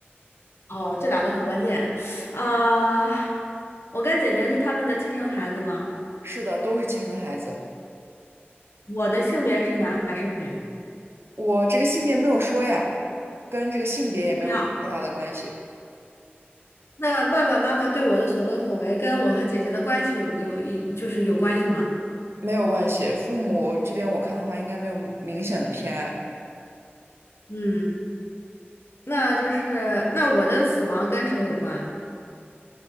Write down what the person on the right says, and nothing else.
是的，都是亲生孩子。
我这个性别没有说呀，跟这个性别也没有什么太大的关系，
没有关系。父母这边我看的话，应该没有明显的偏爱。